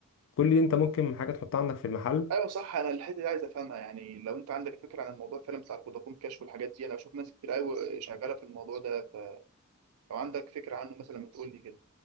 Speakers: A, on the left; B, on the right.
A: كل دي انت ممكن حاجه تحطها عندك في المحل
B: ايوه صح انا الحته دي عايز افهمها يعني لو انت عندك فكره عن الموضوع فعلا بتاع الفودافون كاش والحاجات دي انا بشوف ناس كتير قوي شغاله في الموضوع ده فلو عندك فكره عنه مثلا ما تقول لي كده